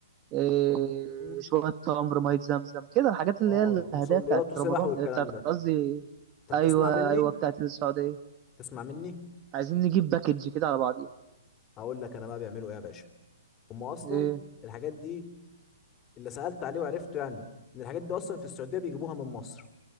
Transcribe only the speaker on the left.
م-
اه
مصليات
وسبح
والكلام
ده
انت
بتسمع مني
تسمع مني
هقول لك انا بقى بيعملوا ايه يا باشا هم اصلا
الحاجات دي اللي سالت عليه وعرفته يعني ان الحاجات دي اصلا في السعوديه بيجيبوها من مصر